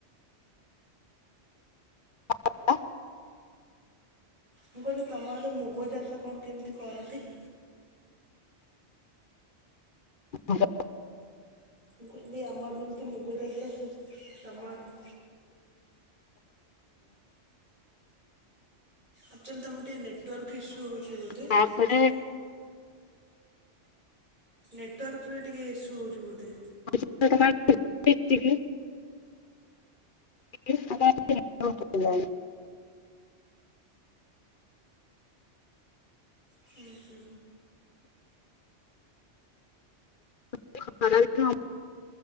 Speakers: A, on the left; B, on the right.
A: <inaudible>
B: ମୁଁ କହିଲି ତମ ଆଡେ ମୁଗ ଚାଷ କଣ କେମିତି କରନ୍ତି?
A: <inaudible>
B: ମୁଁ କହିଲି ଆମ ଆଡେ ଯେମିତି ମୁଗ ଚାଷ ହୁଏ ତମ ଆଡେ ଆକ୍ଚୁଆଲି ତମର ଟିକେ ନେଟ୍ ନେଟୱାର୍କ ଇସୁ ହଉଛି ବୋଧେ
A: ତାପରେ
B: ଟିକେ ନେଟୱାର୍କରେ ଟିକେ ଇସଙ ହୋଉଚି ବୋଧେ।
A: <inaudible> <inaudible>
B: ହୁଁ ହୁଁ।
A: <inaudible> ଖରା ଦିନ